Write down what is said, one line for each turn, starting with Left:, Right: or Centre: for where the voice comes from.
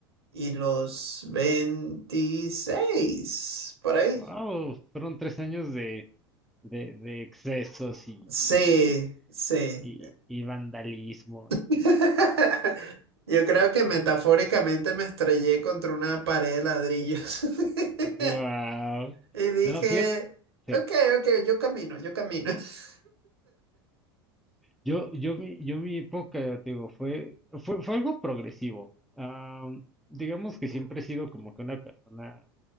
Right: y los 26 por ahí.
Centre: wow, fueron tres años de, de, de excesos y,
Right: Sí, sí.
Centre: y, y vandalismo y,
Right: <laughs> Yo creo que metafóricamente me estrellé contra una pared de ladrillos. <laughs>
Centre: wow,
Right: Y dije,
Centre: no, fíjate. sí.
Right: ok, ok, yo camino, yo camino. <laughs>
Centre: Yo, yo, mi, yo mi época, te digo, fue, fue, fue algo progresivo. Am, digamos que siempre he sido como que una persona,